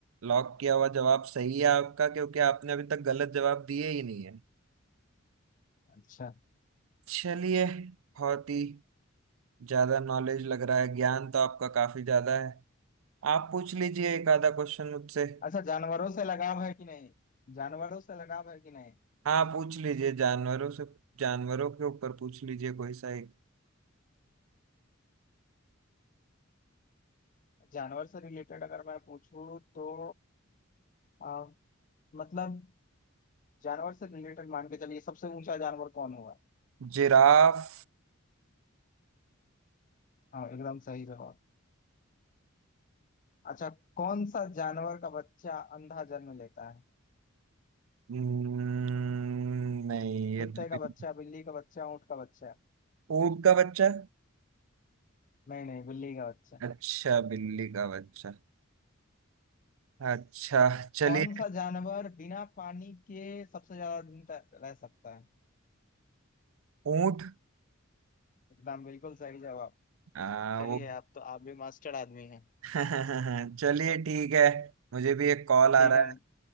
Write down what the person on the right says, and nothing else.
लॉक किया हुआ जवाब सही है आपका क्योंकि आपने अभी तक गलत जवाब दिए ही नहीं है
चलिए बहुत ही ज्यादा नॉलेज लग रहा है ज्ञान तो आपका काफी ज्यादा है आप पूछ लीजिए एक आधा क्वेश्चन मुझसे
हाँ पूछ लीजिए जानवरों से जानवरों के ऊपर पूछ लीजिए कोई सा एक
जिराफ
हम्म, नहीं ये
तो
बिल-
ऊंट का बच्चा
अच्छा बिल्ली का बच्चा अच्छा चलिए
ऊंट
आ,
वो
<laughs> चलिए ठीक है मुझे भी एक कॉल आ
रहा
है